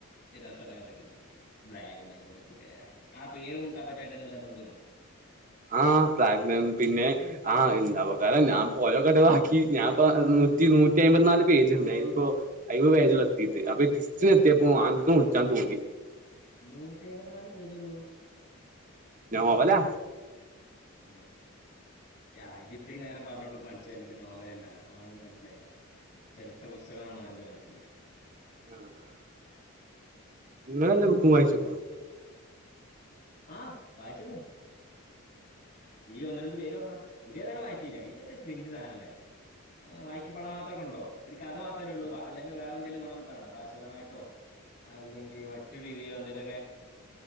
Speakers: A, on the left; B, on the right.
A: രസല്ല കഥയായി തോന്നണി ബ്ലാക്ക് ഡൈമണ്ട് എന്ത് പേരാ ആ പേരും കഥക്കായിട്ട് വല്ല ബന്ധുണ്ടോ?
B: ആഹ് ബ്ലാക്ക്ഡൈമണ്ട് പിന്നെ ആഹ് ഇണ്ടാവോകാരം ഞാൻ പോയോക്കെട്ട ബാക്കി ഞാൻപ്പ നൂറ്റി നൂറ്റി അമ്പയത്തിനാല് പേജ്ണ്ട് അയിലിപ്പൊ അയി ഇപ്പൊ പേജിലെത്തി അപ്പൊയിടിസ്റ്റ് എത്തിയപ്പൊ അനക്ക് വിളിച്ചാ തോന്നി.
A: നൂറ്റിയമ്പത്തിനാല് പേജുള്ളൂ?
B: നോവലാ
A: ഞ. യാ ഇജ് ഇത്രീം നേരം പർഞ്ഞോടുക്ക് മൻസ്സിലായില്ല ഇത് നോവലല്ലാന്ന് ആണ്ന്ന് മൻസ്സിലായില ചരിത്ര പുസ്തകാണ്ന്നാ ഇന്റെ മനസ്സില്
B: ഉം ഉം ഇങ്ങളെല്ലാ ബുക്കും വായിച്ച്ക്ക്ണ്
A: ആഹ് വായിച്ച്ക്ക്ണ് ഈ ഒന്ന് രണ്ട് പേര് പർഞ്ഞാ ഇതേതായുലും വായിച്ചീല്ല ഇതൊക്കെ ക്രിഞ്ച് സാനല്ലേ അങ്ങനെ വായിക്കപ്പെടാൻ മാത്രക്കണ്ടോ. ഒര് കഥ മാത്രല്ലെള്ളൂ. അല്ലങ്ക് വേറെ എന്തേലും ഗുണം കിട്ടാണ്ടോ ഭാഷാപരമായിട്ടോ അല്ലെങ്കി മറ്റു രീതിയിലൊ എന്തേലൊക്കെ